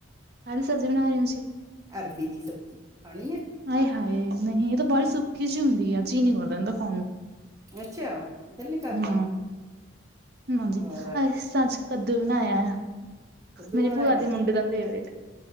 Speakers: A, on the right; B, on the right.
A: ਕਾਦੀ ਸਬਜ਼ੀ ਬਣਾ ਰਹੋਂ ਤੁਸੀ?
B: ਅਰਬੀ ਦੀ ਸਬਜ਼ੀ। ਖਾਣੀ ਏ?
A: ਆਏ-ਹਾਏ! ਨਹੀਂ, ਇਹ ਤਾਂ ਬਾਲੀ ਸੁੱਕੀ ਜੀ ਹੁੰਦੀ ਆ, ਜੀ ਨਹੀਂ ਕਰਦਾ ਇੰਦਾ ਖਾਣ ਨੂੰ।
B: ਅੱਛਾ! ਦਿਲ ਨੀ ਕਰਦਾ?
A: ਹੂੰ, ਹਾਂਜੀ,
B: ਹੋਰ
A: ਅਸੀਂ ਤਾਂ ਅੱਜ ਕੱਦੂ ਬਣਾਇਆ।
B: ਕੱਦੂ
A: ਮੇਰੀ
B: ਬਣਾਇਆ
A: ਭੂਆ ਦੇ ਮੁੰਡੇ ਦਾ ਫੇਵਰੇਟ।